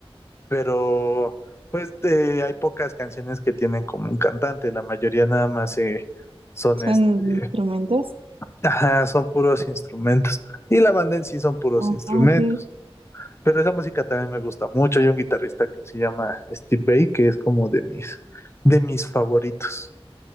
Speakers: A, on the left (about 25°); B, on the right (about 65°).
A: Pero, pues, eh, hay pocas canciones que tienen como un cantante, la mayoría nada más eh, son
B: Son
A: este,
B: instrumentos.
A: ajá, son puros instrumentos. Y la banda en sí son puros
B: Ah,
A: instrumentos.
B: ok.
A: Pero esa música también me gusta mucho. Hay un guitarrista que se llama Steve Vai, que es como de mis, de mis favoritos.